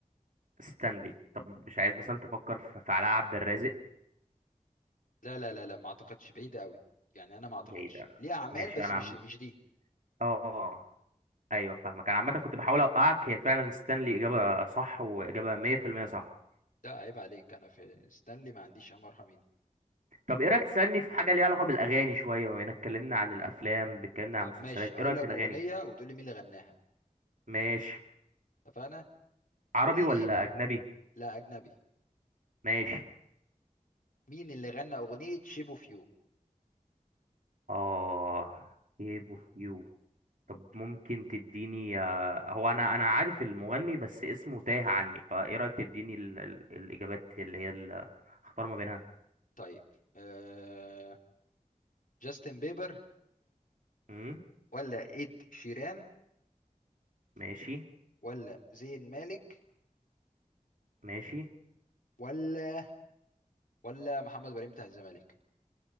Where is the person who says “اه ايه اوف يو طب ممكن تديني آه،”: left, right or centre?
Right